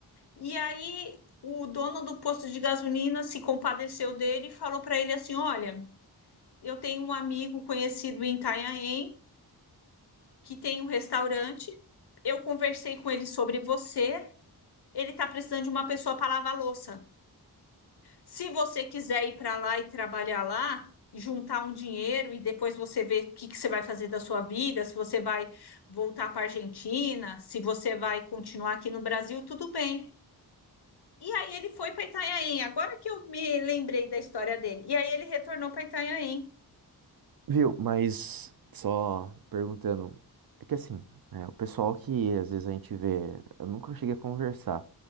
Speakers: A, on the left; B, on the right.
A: E aí o dono do posto de gasolina se compadeceu dele e falou para ele assim: "Olha, eu tenho um amigo conhecido em Itanhaém que tem um restaurante. Eu conversei com ele sobre você. Ele está precisando de uma pessoa para lavar louça. Se você quiser ir para lá e trabalhar lá, juntar um dinheiro e depois você ver o que que você vai fazer da sua vida, se você vai voltar para a Argentina, se você vai continuar aqui no Brasil, tudo bem. E aí ele foi para Itanhaém, agora que eu me lembrei da história dele. E aí ele retornou para Itanhaém.
B: Viu? Mas só perguntando, é que assim, né, o pessoal que às vezes a gente vê, eu nunca cheguei a conversar,